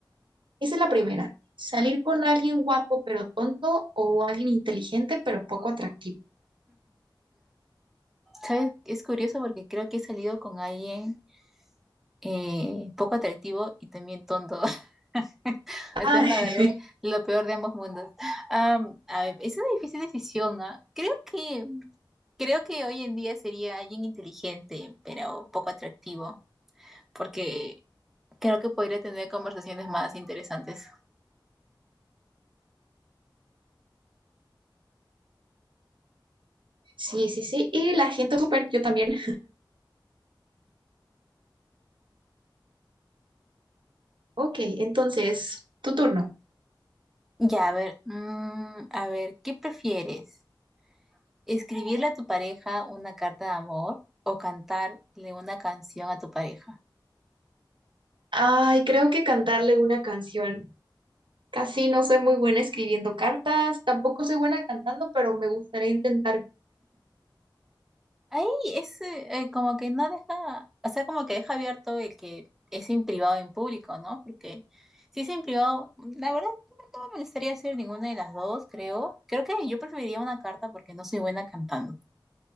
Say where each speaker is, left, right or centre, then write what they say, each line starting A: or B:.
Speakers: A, on the right; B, in the centre.
A: Dice la primera, salir con alguien guapo pero tonto o alguien inteligente pero poco atractivo.
B: ¿sabes? Es curioso porque creo que he salido con alguien eh, poco atractivo y también tonto. <laughs> Entonces
A: Ah,
B: me
A: <laughs>
B: agarré lo peor de ambos mundos. Am, a ver, es una difícil decisión, ¿ah? Creo que, creo que hoy en día sería alguien inteligente, pero poco atractivo, porque creo que podría tener conversaciones más interesantes.
A: sí, sí, sí. Y la gente súper, yo también. Ok, entonces, tu turno.
B: Ya, a ver, mm, a ver, ¿qué prefieres? ¿Escribirle a tu pareja una carta de amor o cantarle una canción a tu pareja?
A: Ay, creo que cantarle una canción. Casi no soy muy buena escribiendo cartas, tampoco soy buena cantando, pero me gustaría intentar.
B: Ahí es eh, eh, como que no deja, o sea, como que deja abierto el que es en privado o en público, ¿no? Porque si es en privado, la verdad no me molestaría hacer ninguna de las dos, creo. Creo que yo preferiría una carta porque no soy buena cantando.